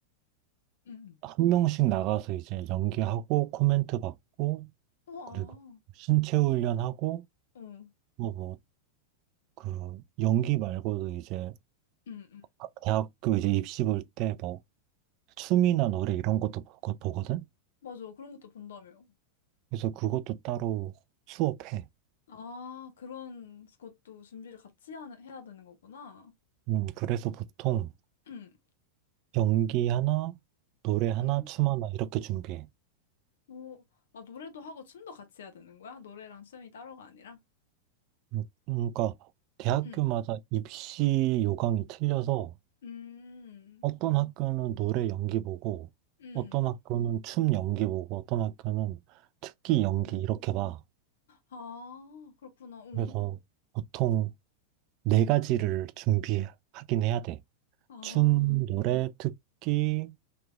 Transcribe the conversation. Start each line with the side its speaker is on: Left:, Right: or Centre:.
Left: 음.
Right: 한 명씩 나가서 이제 연기하고 코멘트 받고
Left: 우와.
Right: 그리고 신체 훈련하고
Left: 응.
Right: 뭐, 뭐, 그 연기 말고도 이제
Left: 응, 응.
Right: 아, 대학교 이제 입시 볼 때 뭐 춤이나 노래 이런 것도 보거- 보거든?
Left: 맞아. 그런 것도 본다며.
Right: 그래서 그것도 따로 수업해.
Left: 아, 그런 것도 준비를 같이 하, 해야 되는 거구나.
Right: 음, 그래서 보통
Left: 응,
Right: 연기 하나, 노래 하나,
Left: 응,
Right: 춤 하나 이렇게 준비해.
Left: 오, 아, 노래도 하고 춤도 같이 해야 되는 거야? 노래랑 춤이 따로가 아니라?
Right: 음, 그러니까 대학교마다
Left: 응,
Right: 입시 요강이 틀려서
Left: 음,
Right: 어떤 학교는 노래 연기 보고
Left: 응.
Right: 어떤 학교는 춤 연기 보고 어떤 학교는 특기
Left: 오,
Right: 연기 이렇게 봐.
Left: 아, 그렇구나. 응.
Right: 그래서 보통 네 가지를 준비하긴 해야 돼.
Left: 아,
Right: 춤, 노래, 특기,